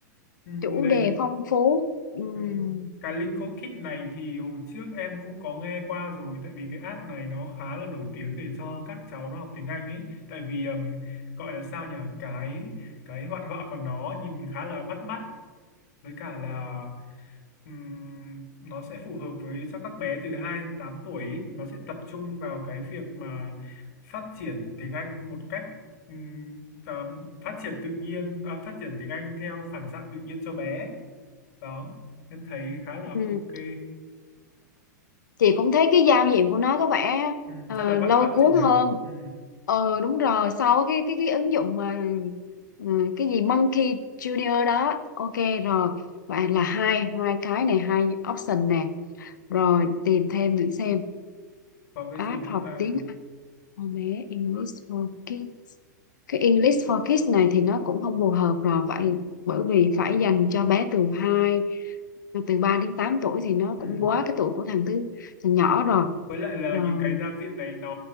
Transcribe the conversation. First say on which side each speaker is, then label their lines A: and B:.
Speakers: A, on the left; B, on the left.
A: Ừ.
B: chủ
A: Lê
B: đề phong phú Ừm,
A: Ừ. Cái Linko Kit này thì hồi trước em cũng có nghe qua rồi tại vì cái app này nó khá là nổi tiếng để cho các cháu nó học tiếng Anh ấy tại vì ừm, gọi là sao nhỉ cái cái hoạt họa của nó nhìn khá là bắt mắt với cả là ừm, nó sẽ phù hợp với cho các bé từ 2 đến 8 tuổi ý. Nó sẽ tập trung vào cái việc mà phát triển tiếng Anh một cách ừm, à, phát triển tự nhiên à, phát triển tiếng Anh theo phản xạ tự nhiên cho bé đó em thấy khá là ok
B: ừm. chị cũng thấy cái giao diện của nó có vẻ
A: ừ,
B: ờ,
A: rất là bắt
B: lôi
A: mắt
B: cuốn
A: chị nhở
B: hơn
A: ừ,
B: ờ đúng rồi sau cái cái cái ứng dụng mà ừ, cái gì Monkey Junior đó ok rồi vậy là hai hai cái này hai option nè rồi tìm thêm để xem
A: có cái
B: app
A: gì nữa
B: học
A: ta
B: tiếng Anh for bé English for Kids cái English for Kids này thì nó cũng không phù hợp rồi vậy bởi vì phải dành cho bé từ 2, từ 3 đến 8 tuổi thì nó
A: ừ.
B: cũng quá cái tuổi của thằng thứ thằng nhỏ rồi
A: với lại là
B: rồi
A: nhìn cái giao diện này nó